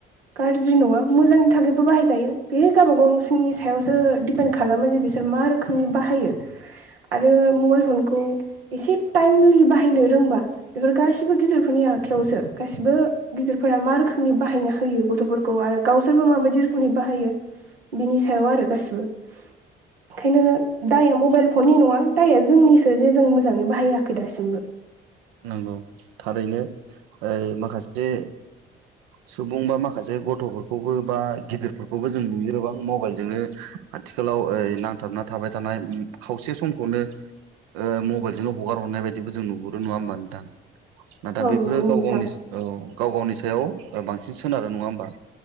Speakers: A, on the right (about 85°); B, on the right (about 70°).
A: गाज्रि नंङा मोजांनि थाखायबो बाहायजायो बे गावबा गाव सिनि सायावसो दिपेन्ड खालामो जे बि बिसोर मा रोखोमनि बाहायो आरो मबाइल फनखौ एसे टाइमलि बाहायनो रोंबा बेफोर गासिबो गिदिरफोरनि आखायावसो गासिबो गिदिरफोरा मा रोखोमनि बाहायना होयो गथफोरखौ आरो गावसोरबो माबायदि रोखोमनि बाहायो बिनि सायाव आरो गासिबो ओंखायनो दाया मबाइल फननि नंङा दाया जोंनिसो जे जों मोजांङै बाहायाखै दासिमबो
B: नोंगौ थारैनो ओ माखासे सुबुं बा माखासे गथफोरखौबो बा गिदिरफोरखौबो जों नुयो गोबां मबाइलजोंनो आथिखालाव ओ नांथाबना थाबाय थानाय खावसे समखौनो मबाइलजोंनो हगार हरनाय बायदिबो जों नुहरो नंङा होमबा नोंथां ना
A: औ
B: बैफोरो
A: नंगौ
B: गाव
A: नोंथां
B: गावनि औ गाव गावनि सायाव बांसिन सोनारो नंङा होमबा